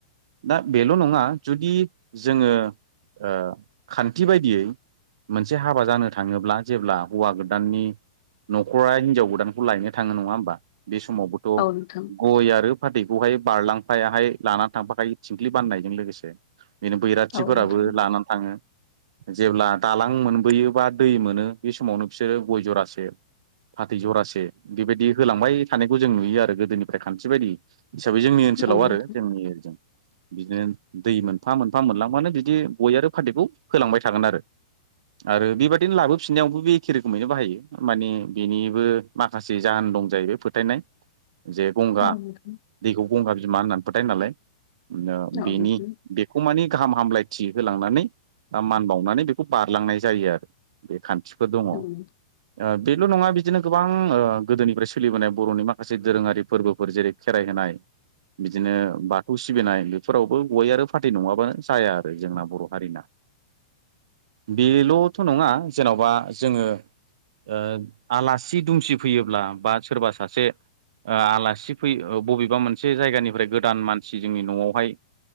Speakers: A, on the right; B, on the left.
A: दा बेल' नङा जुदि जोङो ओ खान्थि बायदियै मोनसे हाबा जानो थाङोब्ला जेब्ला हौवा गोदाननि न'खरा हिनजाव गोदानखौ लायनो थाङो नङा होमबा बे समावबो थ
B: औ नोंथां
A: गय आरो फाथैखौहाय बारलां फायाहाय लानानै थांफाखायो थिंख्लि बाननायजों लोगोसे बिनो बैराथिफोराबो
B: औ नोंथां
A: लानानै थाङो। जेब्ला दालां मोनबोयो बा दै मोनो बे समावनो बिसोरो गय जरासे फाथै जरासे बेबायदि होलांबाय थानायखौ जों नुयो आरो गोदोनिफ्राय खानथि बायदि हिसाबै जोंनि ओनसोलाव
B: औ नोंथां
A: आरो जोंनि ओजों बिदिनो दै मोनफा मोनफा मोनलांबानो बिदि गय आरो फाथैखौ फोलांबाय थागोन आरो आरो बेबायदिनो लाबो फिन्नायावबो बे एखे रोखोमैनो बाहायो। मानि बेनिबो माखासे जाहोन दं जाहैबाय फोथायनाय। जे गंगा
B: औ नोंथां
A: दैखौ गंगा बिमा होननानै फोथाय नालाय ओ
B: औ
A: बेनि
B: नोंथां
A: बे बेखौ मानि गाहाम हामलायथि होलांनानै मान बावनानै बेखौ बारलांनाय जायो आरो। बे खान्थिफोर दङ।
B: औ नोंथां
A: ओ बेल' नङा बिदिनो गोबां ओ गोदोनिफ्राय सोलिबोनाय बर'नि माखासे दोरोङारि फोरबोफोर जेरै खेराइ होनाय बिदिनो बाथौ सिबिनाय बेफोरावबो गय आरो फाथै नङाबानो जाया आरो जोंना बर' हारिना।
B: <inaudible>
A: बेल'थ' नङा जेन'बा जोङो ओ आलासि दुमसि फैयोब्ला बा सोरबा सासे ओ आलासि फैयो बबेबा मोनसे जायगानिफ्राय गोदान मानसि जोंनि न'आवहाय